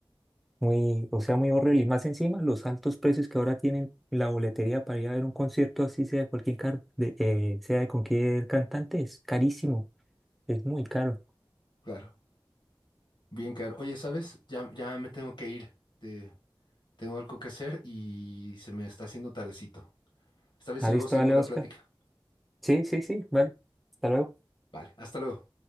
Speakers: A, in the centre; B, on the left.
A: muy, o sea, muy horrible. Y más encima, los altos precios que ahora tienen la boletería para ir a ver un concierto así, sea de cualquier, car- de, eh, sea de cualquier cantante, es carísimo, es muy caro.
B: Claro. Bien caro. Oye, ¿sabes? Ya, ya me tengo que ir. Te- tengo algo que hacer y se me está haciendo tardecito. ¿Está bien
A: Alex,
B: si luego seguimos
A: vale,
B: la
A: Oscar.
B: plática?
A: Sí, sí, sí, vale. Hasta luego.
B: Vale, hasta luego.